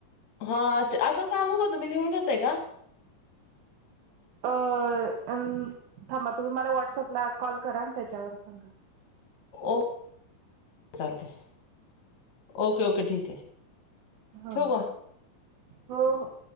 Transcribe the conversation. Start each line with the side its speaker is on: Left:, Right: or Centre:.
Left: हा अच्छा असं सांगू का तुम्ही लिहून घेताय का?
Right: अ अन थांबा तुम्ही मला व्हॉट्सअपला कॉल करा. आणि त्याच्यावर सांगा.
Left: ओक चालतंय. ओके ओके ठीक आहे.
Right: हं
Left: ठेवू का
Right: हो हो